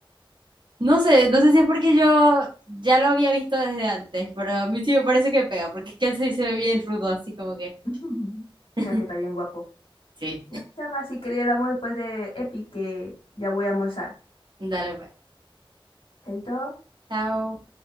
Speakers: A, on the right; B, on the left.
A: No sé, no sé si es porque yo ya lo había visto desde antes, pero a mí sí me parece que pega, porque es que él sí se ve bien rudo, así como que,
B: <laughs>
A: <laughs>
B: No, es que está bien guapo.
A: sí.
B: No, chama, si quería el amor después de Epi, que ya voy a almorzar.
A: Dale, pues.
B: Chaito.
A: Chao.